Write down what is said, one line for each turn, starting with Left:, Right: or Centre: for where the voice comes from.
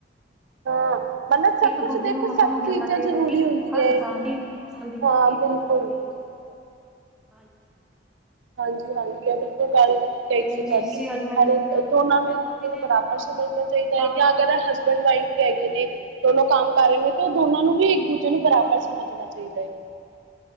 Right: ਹਾਂ ਮਤਲਬ ਸਭ
Centre: ਇੱਕ
Right: ਕੁਛ
Centre: ਦੂਜੇ
Right: ਦੇਖੋ
Centre: ਨੂੰ
Right: ਸਭ
Centre: ਆਪਾਂ ਨੂੰ ਕਹਿਣਾ
Right: ਚੀਜ਼ਾਂ
Centre: ਚਾਹੀਦਾ
Right: ਜ਼ਰੂਰੀ
Centre: ਕਿ
Right: ਹੁੰਦੀ
Centre: ਹਰ
Right: ਹੈ
Centre: ਇਨਸਾਨ ਦੀ ਹਰ ਇਨਸਾਨ ਦੀ
Right: ਹਾਂ
Centre: ਕਮੀ
Right: ਬਿਲਕੁਲ
Centre: ਕਦਰ ਆਉਦੀ ਹੈ ਹਾਂਜੀ
Right: ਹਾਂਜੀ ਹਾਂਜੀ ਇਹ ਕਿੱਧਰ ਗੱਲ ਕਏ
Centre: ਤੇ ਇਹ ਚੀਜ਼
Right: ਸਾਡੀ
Centre: ਸੀ ਅੱਜ ਮੈਂ
Right: ਹਰੇਕ
Centre: ਫਿਰ ਮੇਰਾ
Right: ਦੋਨਾਂ
Centre: ਮੈਂ
Right: ਨੂੰ ਇੱਕ
Centre: ਕਾਫ਼ੀ
Right: ਦੂਜੇ
Centre: ਦੇਰ
Right: ਨੂੰ ਬਰਾਬਰ
Centre: ਹਾਂ
Right: ਸਮਝਣਾ ਚਾਹੀਦਾ
Centre: ਕਾਫੀ
Right: ਹੈ ਜਾਂ ਅਗਰ ਹਸ ਹਸਬੈਂਡ ਵਾਈਫ ਵੀ ਹੈਗੇ ਨੇ ਦੋਨੋ ਕੰਮ ਕਰ ਰਹੇ ਨੇ ਤੇ ਉਹ ਦੋਨਾਂ ਨੂੰ ਵੀ ਇੱਕ ਦੂਜੇ ਨੂੰ ਬਰਾਬਰ
Centre: ਹਾਂ ਹਾਂਜੀ
Right: ਸਮਝਣਾ ਚਾਹੀਦਾ ਚਾਹੀਦਾ ਏ